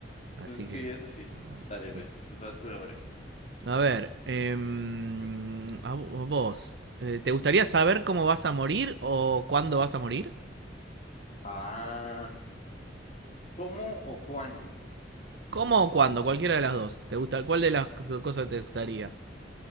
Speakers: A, on the right; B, on the left.
A: Así
B: Sí,
A: que.
B: eso sí.
A: ah,
B: Dale, pues,
A: Sí.
B: vas tú ahora.
A: A ver, em, a vos, eh, ¿te gustaría saber cómo vas a morir o cuándo vas a morir?
B: Ah. ¿Cómo o cuándo?
A: ¿Cómo o cuándo?
B: Mm,
A: Cualquiera de las dos. ¿Te gusta? ¿Cuál
B: mm,
A: de las cosas te gustaría?